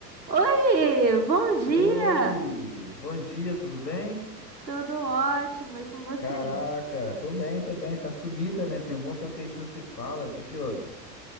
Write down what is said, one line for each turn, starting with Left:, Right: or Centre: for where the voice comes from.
Right: Oi, bom dia!
Left: Oi, bom dia, tudo bem?
Right: Tudo ótimo, e com você?
Left: Caraca, tô bem, tô bem, tá sumida, né? Tem um bom tempo que a gente não se fala. O que que houve?